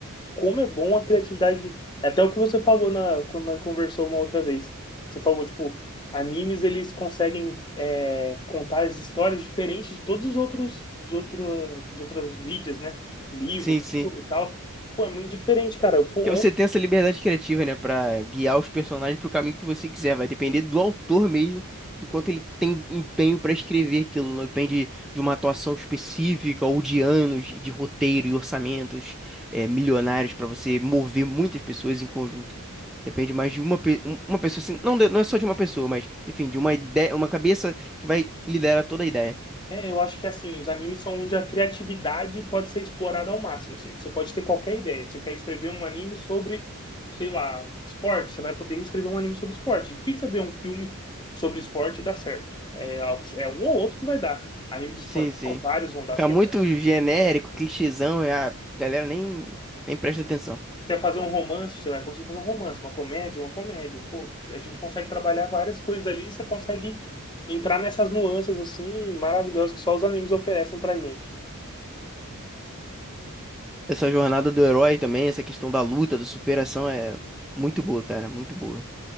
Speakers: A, on the left (about 20°); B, in the centre.
A: como é bom a criatividade. É até o que você falou na, quando nós conversou uma outra vez. Você falou, tipo, animes eles conseguem é, contar as histórias diferentes de todos os outros, de outra, de outras mídias, né? Livro,
B: Sim, sim.
A: filme e tal. Pô, é muito diferente, cara. Pô,
B: Porque você tem essa liberdade criativa, né, Pra guiar os personagens pro caminho que você quiser. Vai depender do autor mesmo, do quanto ele tem empenho pra escrever aquilo. Não depende de uma atuação específica ou de anos de de roteiro e orçamentos eh, milionários pra você mover muitas pessoas em conjunto. Depende mais de uma, pe- um- uma pessoa, assim, não, de- não é só de uma pessoa, mas, enfim, de uma ideia, uma cabeça que vai liderar toda a ideia.
A: É, eu acho que assim, os animes são onde a criatividade pode ser explorada ao máximo, assim. Você pode ter qualquer ideia. Você quer escrever um anime sobre, sei lá, esporte, você vai poder escrever um anime sobre esporte. Difícil é ver um filme sobre esporte e dar certo. É, al- é um ou outro que vai dar. Anime de esporte,
B: Sim, sim.
A: não, vários vão dar.
B: Fica
A: Você
B: muito
A: quer,
B: genérico, clichêzão, e a galera nem, nem presta atenção.
A: quer fazer um romance, você vai conseguir fazer um romance, uma comédia, uma comédia. Pô, a gente consegue trabalhar várias coisas ali, e você consegue entrar nessas nuances assim maravilhosas que só os animes oferecem pra gente.
B: Essa jornada do herói também, essa questão da luta, da superação é muito boa, cara, muito boa.